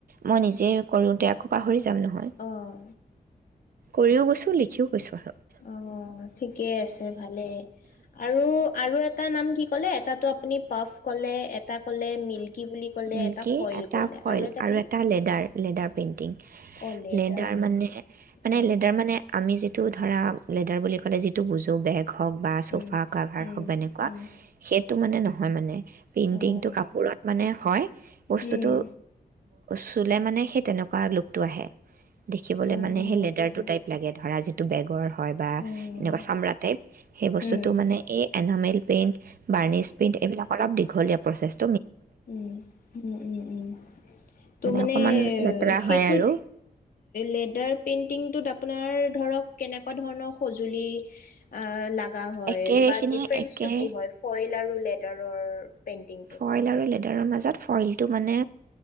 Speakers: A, on the right (about 70°); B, on the left (about 65°).
A: মই নিজেই কৰোঁতে আকৌ পাহৰিছোঁ তেওঁ নহল
B: অঁ
A: কৰিও গৈছোঁ লিখিও কৈচোৱা
B: অ ঠিকে আছে ভালেই আৰু আৰু এটা নাম কি? কলে এটাটো আপুনি পাফ ক'লে এটা। এটা কলে মিল্কি বুলি ক'লে
A: মিল্কী
B: এটা ফইল
A: এটা
B: কলে
A: ফইল
B: আৰু এটা কি
A: লেডাৰ লেডাৰ পেইণ্টিং।
B: অঁ
A: লেডাৰ
B: পেইণ্টিং
A: মানে মানে
B: উম
A: লেডাৰ মানে। আমি যিটো ধৰা লেডাৰ বুলি ক'লে যিটো বুজোঁ বেগ। খক বা চোফা
B: উম
A: কাভাৰ
B: উম
A: হওক, বা এনেকুৱা।
B: উম
A: সেইটো, মানে, নহয়। মানে, প্ৰিণ্টিং
B: অঁ
A: টো কাপোৰত, মানে, হয়। বস্তুটো
B: উম
A: চুলে, মানে সেই, তেনেকুৱা লোকটো আহে দেখিবলে,
B: উম
A: মানে, সেই লেটাৰটো টাইপ লাগে। ধৰা, যি এইটো বেগৰ হয়, বা
B: উম
A: এনেকুৱা চামৰা টাইপ। সেই বস্তুটো,
B: উম
A: মানে, এই এনামেল পেইণ্ট বাৰ্নিছ পেইণ্ট, এইবিলাক অলপ দীঘলীয়া প্ৰচেষ্ট
B: উ, উ, উম, উম। ত', মানে,
A: অকণমান লেতেৰা
B: সেইটোত
A: হয় আৰু
B: লেডাৰ পেইণ্ট ণ্টিংটোত আপোনাৰ, ধৰক, কেনেকুৱা ধৰণৰ সজুলি, আঁ লাগে লাগা হয়,
A: একেখিনি
B: বা ডিফাৰেঞ্চটো
A: একে
B: কি হয়? ফইল লাৰু <unintelligible> <unintelligible> পেইণ্টিংটোত
A: ফইল আৰু লেডাৰৰ মাজত ফইলটো, মানে,